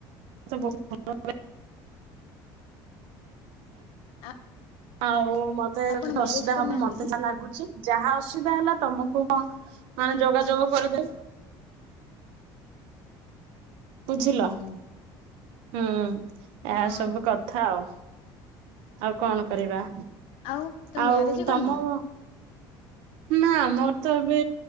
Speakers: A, on the right; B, on the left.
A: ତ ବହୁତୁ ଭଲ
B: ଆ
A: ଆଉ ମତେ
B: ଆପଣ
A: କିଛି ଅସୁବିଧା
B: ମ୍ୟାରେଜ କରିନାହାନ୍ତି
A: ହବ ମତେ
B: କି
A: ଯା ଲାଗୁଛି। ଯାହା ଅସୁବିଧା ହେଲା ତମକୁ କଣ ମାନେ ଯୋଗାଯୋଗ କରିଦେବ। ବୁଝିଲ
B: ହୁଁ
A: ହୁଁ ଏସବୁ
B: ହଁ
A: କଥା ଆଉ। ଆଉ କଣ କରିବା?
B: ଆଉ ତମେ
A: ଆଉ
B: ମ୍ୟାରେଜ କରିନ
A: ତମ। ନା ଆମର ତ ଏବେ